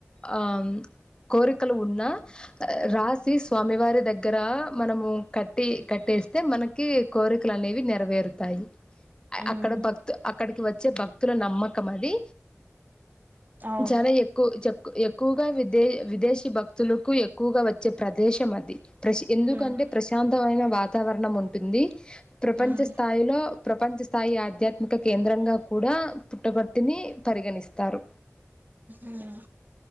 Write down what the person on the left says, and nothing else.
ఆ కోరికలు ఉన్నా రాసి స్వామివారి దగ్గర మనము కట్టి కట్టేస్తే మనకి కోరికలు అనేవి నెరవేరుతాయి
అక్కడ భక్తు అక్కడికి వచ్చే భక్తుల నమ్మకం అది
చాలా ఎక్కువ చెప్ ఎక్కువగా విద విదేశీ భక్తులకు ఎక్కువగా వచ్చే ప్రదేశం అది ఎందుకంటే
ప్రశాంత్ మైన వాతావరణం ఉంటుంది ప్రపంచ
స్థాయిలో ప్రపంచ స్థాయి ఆధ్యాత్మిక కేంద్రంగా కూడా పుట్టపర్తిని పరిగణిస్తారు